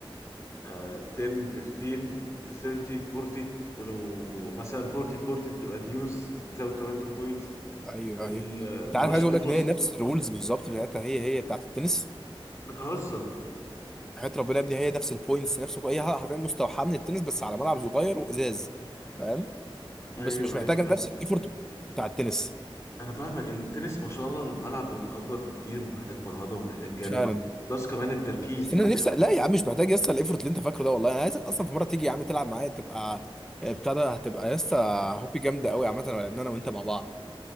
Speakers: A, on the left (about 30°); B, in the centre.
A: آه 10 15 30 40 ولو مثلا 40 40 بتبقى ديوز تزود كمان 2 بوينتس
B: ايوه
A: الماتش
B: ايوه انت عارف عايز اقول
A: بيخلص
B: لك ان هي نفس الرولز بالظبط بتاعتها هي هي بتاعت التنس
A: بتهزر
B: حياة ربنا يا ابني هي نفس البوينتس نفس كل- هي حرفيا مستوحاة من التنس بس على ملعب صغير وازاز فاهم
A: ايوه
B: بس مش محتاجة
A: ايوه بس
B: نفس الايفورت بتاع التنس
A: انا فاهمك التنس ما شاء الله الملعب بيبقى اكبر بكتير ومحتاج فرهده ومحتاج جري
B: فعلا
A: بس كمان التركيز
B: بس
A: يعني
B: انا نفسي
A: يعني
B: لا يا عم مش محتاج يسطا الايفورت اللي انت فاكره ده والله انا عايزك اصلا في مرة تيجي يا عم تلعب معايا تبقى آه، بتاع ده هتبقى يسطا هوبي جامدة قوي عامة لو لعبنا انا وانت مع بعض